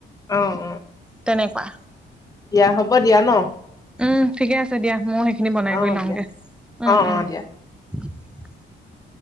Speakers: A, on the left; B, in the centre.
A: অ অ
B: তেনেকুৱা
A: দিয়া হব দিয়া ন
B: উম ঠিকে আছে দিয়া ময়ো সেইখিনি বনাই
A: অ
B: কৰি লওঁগে
A: দিয়া
B: উম
A: অ
B: উম
A: অ দিয়া।
B: <inaudible>